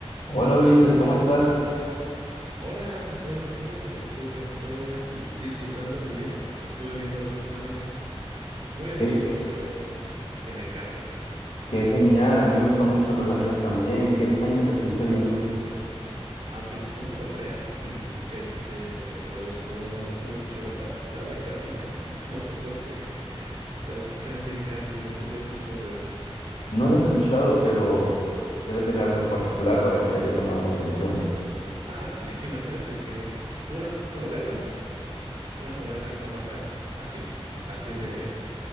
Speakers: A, on the left (about 80°); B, on the right (about 80°).
A: Hola Ulises, ¿cómo estás?
B: Hola, estoy muy bien. estu- estoy aquí disfrutando mi día. Estuve viendo algunos animes muy antiguos,
A: Qué,
B: pero que me encantan.
A: qué genial, a mí me gustan mucho los animes también. ¿Qué anime te estuviste viendo?
B: Aunque tú no lo creas, y este me gustó mucho la, la de Candy Candy. No sé por qué. <laughs> La de Candy Candy. No sé si has escuchado de eso.
A: No lo he escuchado, pero debe tener algo en particular para que te haya llamado la atención.
B: Ah, sí. Imagínate que es una novela, una novela en forma de anime. Así, así de,